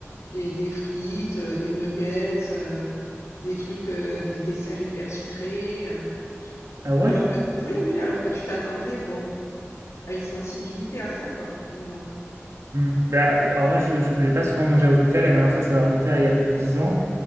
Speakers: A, on the left (about 80°); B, on the right (about 75°).
A: des des frites, heu, des nuggets, heu, des trucs, heu, des desserts hyper sucrés, heu,
B: Ah ouais?
A: alors que oui, oui, alors que tu t'attendrais, bon, à une sensibilité à ça, quoi. Mais non,
B: Hmm. Bah,
A: voilà.
B: alors moi, je, je- j'ai pas souvent mangé à l'hôpital. La dernière fois, ça va remonter à il y a plus de 10 ans.